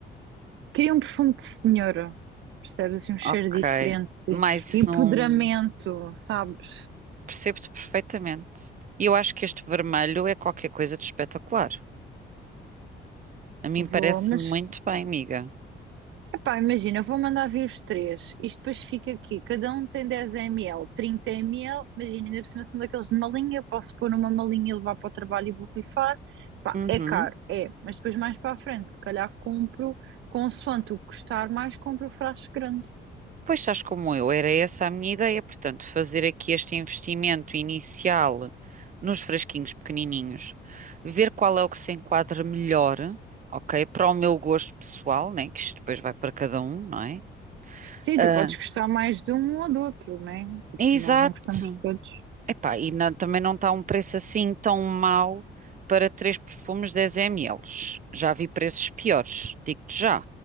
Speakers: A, on the right; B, on the right.
A: queria um perfume de senhora, percebes? Assim, um cheiro
B: Ok.
A: diferente,
B: Mais
A: empoderamento,
B: um.
A: sabes?
B: Percebo-te perfeitamente. E eu acho que este vermelho é qualquer coisa de espetacular. A mim
A: Vou,
B: parece-me
A: mas
B: muito bem, amiga.
A: Epá, imagina, vou mandar vir os três. Isto depois fica aqui. Cada um tem 10 ml, 30 ml. Imagina, ainda por cima são daqueles de malinha. Eu posso pôr numa malinha e levar para o trabalho e borrifar. Pá,
B: Uhum.
A: é caro, é. Mas depois mais para a frente, se calhar compro, consoante o que custar mais, compro o frasco grande.
B: Pois estás como eu, era essa a minha ideia. Portanto, fazer aqui este investimento inicial nos frasquinhos pequenininhos, ver qual é o que se enquadra melhor, ok? Para o meu gosto pessoal, né? Que isto depois vai para cada um, não é?
A: Sim,
B: Ah,
A: tu podes gostar mais de um ou do outro, né? Tipo,
B: exato.
A: nós não gostamos de todos.
B: Epá, e na- também não está um preço assim tão mau para três perfumes 10 ml. Já vi preços piores, digo-te já.